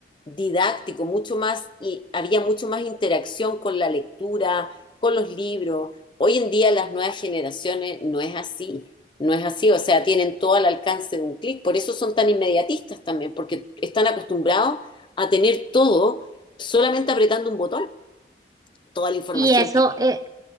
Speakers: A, on the left; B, on the right.
A: didáctico, mucho más, y había mucho más interacción con la lectura, con los libros. Hoy en día las nuevas generaciones no es así, no es así, o sea, tienen todo al alcance de un clic, por eso son tan inmediatistas también, porque están acostumbrados a tener todo solamente apretando un botón toda la información
B: Y eso,
A: que
B: eh,